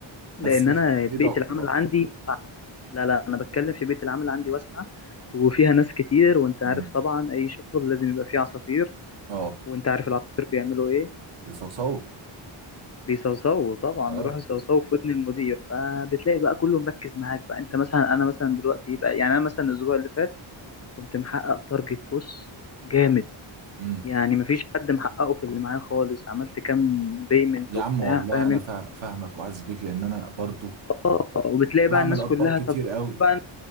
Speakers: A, on the right; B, on the left.
A: بس
B: لان
A: في
B: انا
A: في
B: بيئه
A: ضغط
B: العمل
A: برضه
B: عندي لا لا انا بتكلم في بيئه العمل عندي واسعه وفيها ناس كتير وانت عارف
A: امم
B: طبعا اي شغل لازم يبقى فيه عصافير
A: اه
B: وانت عارف العصافير بيعملوا ايه
A: بيصوصوه
B: بيصوصوا طبعا
A: اه
B: بيروحوا يصوصوا في ودن المدير فبتلاقي بقى كله مركز معاك بقى انت مثلا انا مثلا دلوقتي بقى يعني انا مثلا الاسبوع اللي فات كنت محقق تارجت بص جامد
A: امم
B: يعني مفيش حد محققه في اللي معايا خالص عملت كام بيمنت
A: يا
B: وبتاع
A: عم والله
B: فاهم
A: انا
B: انت
A: فا- فاهمك وعز بيك لان انا برضو
B: اه وبتلاقي
A: بعمل
B: بقى الناس
A: اطباق
B: كلها
A: كتير
B: طب
A: قوي
B: بقى